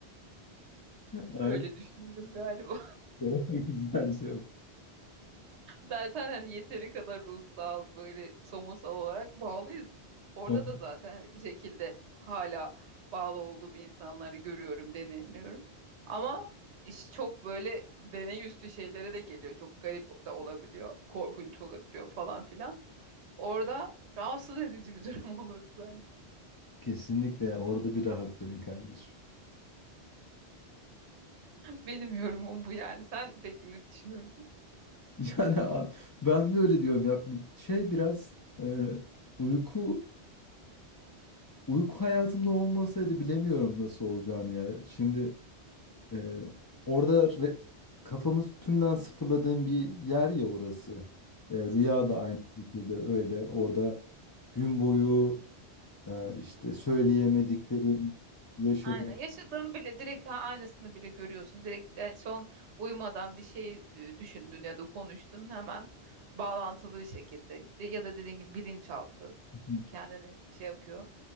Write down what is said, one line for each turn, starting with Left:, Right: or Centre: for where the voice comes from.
Left: <laughs> Aynen.
Right: Öyle düşündüm galiba.
Left: <laughs> Güzel şey bu.
Right: Zaten hani yeteri kadar ruhsal böyle somutsal olarak bağlıyız. Orada
Left: Hı hı.
Right: da zaten hani bir şekilde hala bağlı olduğum insanları görüyorum, deneyimliyorum. Ama iş çok böyle deney üstü şeylere de geliyor. Çok garip da olabiliyor, korkunç olabiliyor falan filan. Orada rahatsız edici bir <laughs> durum olurdu bence.
Left: Kesinlikle orada bir rahat verin kardeşim. <laughs>
Right: Benim yorumum bu yani. Sen peki ne düşünüyorsun?
Left: Yani a- ben de öyle diyorum ya. Şey biraz e, uyku Uyku hayatımda olmasaydı bilemiyorum nasıl olacağını ya. Şimdi e, orada re- kafamız tümden sıfırladığım bir yer ya orası. E, rüya da aynı şekilde öyle. Orada gün boyu e, işte söyleyemediklerim yaşadığım.
Right: Aynen. Yaşadığın bile direkt ha- aynısını bile görüyorsun. Direkt e, son uyumadan bir şey e, düşündün ya da konuştun hemen bağlantılı bir şekilde De- ya da dediğin gibi bilinçaltı
Left: <laughs>
Right: kendini şey yapıyor,